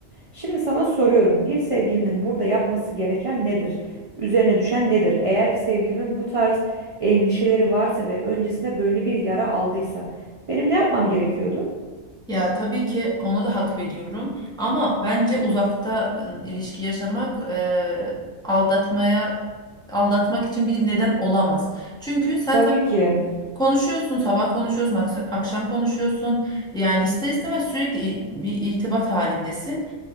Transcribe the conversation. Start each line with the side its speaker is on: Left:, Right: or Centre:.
Right: Şimdi sana soruyorum. Bir sevgilinin burada yapması gereken nedir? Üzerine düşen nedir? Eğer sevgilimin bu tarz endişeleri varsa ve öncesinde böyle bir yara aldıysa benim ne yapmam gerekiyordu?
Centre: Ya tabii ki ona da hak veriyorum. Ama bence uzakta ıı, ilişki yaşamak eee, aldatmaya aldatmak için bir neden olamaz. Çünkü sen
Right: Tabii ki.
Centre: Konuşuyorsun, sabah konuşuyorsun, aksa- akşam konuşuyorsun. Yani ister istemez sürekli i- bir irtibat halindesin.